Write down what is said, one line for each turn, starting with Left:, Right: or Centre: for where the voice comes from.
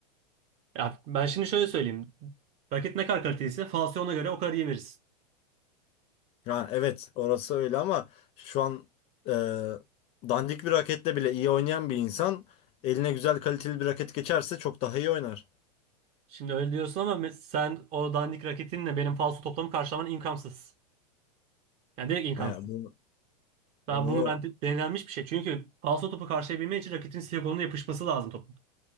Right: Ya ben şimdi şöyle söyleyeyim. Raket ne kadar kaliteliyse falso ona göre o kadar iyi veririz.
Left: Yani evet orası öyle ama şu an e, dandik bir raketle bile iyi oynayan bir insan eline güzel kaliteli bir raket geçerse çok daha iyi oynar.
Right: Şimdi öyle diyorsun ama mes- sen o dandik raketinle benim falso toplamı karşılaman imkansız. Yani direkt imkansız.
Left: Yani bunu,
Right: Ben
Left: bunu
Right: bunu ben de- denenmiş bir şey. Çünkü falso topu karşılayabilmek için raketin silikonuna yapışması lazım top.